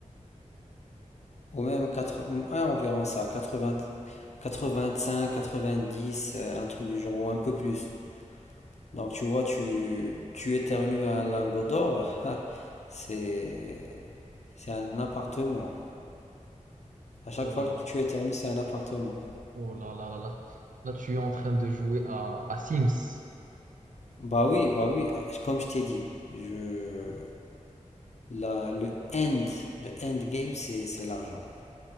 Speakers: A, on the left; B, on the right.
A: Ou même quatre, ouais, environ ça, 80, 85, 90, euh, un truc du genre, ou un peu plus. Donc tu vois, tu, tu éternues un lingot d'or, <laughs> c'est, c'est un appartement. À chaque
B: Oh
A: fois
B: là
A: que
B: là.
A: tu éternues, c'est un appartement.
B: Oh là là là là, là tu es en train de jouer à, à Sims.
A: Bah oui, bah oui, Ah, comme je t'ai dit, je, la, le end, le end game, c'est, c'est l'argent.